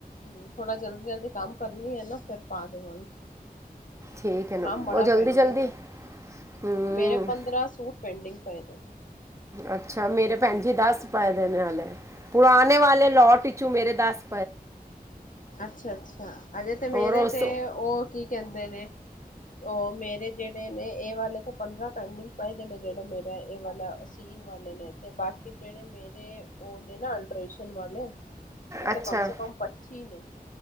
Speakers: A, on the left (about 55°); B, on the right (about 20°).
A: ਹਮ ਥੋੜਾ ਜਲਦੀ-ਜਲਦੀ ਕਮ ਕਰਨੀ ਹੈ ਨਾ ਫੇਰ ਪਾਦੇਵਾਂਗੀ।
B: ਠੀਕ ਹੈ ਨਾ
A: ਹਮ ਬੜਾ
B: ਉਹ ਜਲਦੀ
A: ਪੈਂਡਿੰਗ
B: ਜਲਦੀ
A: ਹੈ,
B: ਹੂੰ
A: ਮੇਰੇ ਪੰਦਰਾਂ ਸੂਟ ਪੈਂਡਿੰਗ ਪਏ ਦੇ ਨੇ।
B: ਅੱਛਾ ਮੇਰੇ ਭੈਣ ਜੀ ਦੱਸ ਪਏ ਦੇਣੇ ਹਲੇ। ਪੁਰਾਣੇ ਵਾਲੇ ਲੋਟ ਈਚੂ ਮੇਰੇ ਦੱਸ
A: ਅੱਛਾ-ਅੱਛਾ ਅਜੇ ਤੇ ਮੇਰੇ
B: ਔਰ ਉਸ
A: ਤੇ ਉਹ ਕੀ ਕਹਿੰਦੇ ਨੇ ਉਹ ਮੇਰੇ ਜਿਹੜੇ ਨੇ ਇਹ ਵਾਲੇ ਤੇ ਪੰਦਰਾਂ ਪੈਂਡਿੰਗ ਪਏ ਦੇ ਨੇ ਜਿਹੜੇ ਮੇਰਾ ਇਹ ਵਾਲਾ ਸੀਨ ਵਾਲੇ ਨੇ ਤੇ ਬਾਕੀ ਜੇਹੜੇ ਮੇਰੇ ਓਹ ਨੇ ਨਾ ਅਲਟਰੇਸ਼ਨ ਵਾਲੇ ਓਹ
B: ਅੱਛਾ
A: ਤੇ ਕਮ ਸੇ ਕਮ ਪੱਚੀ ਨੇ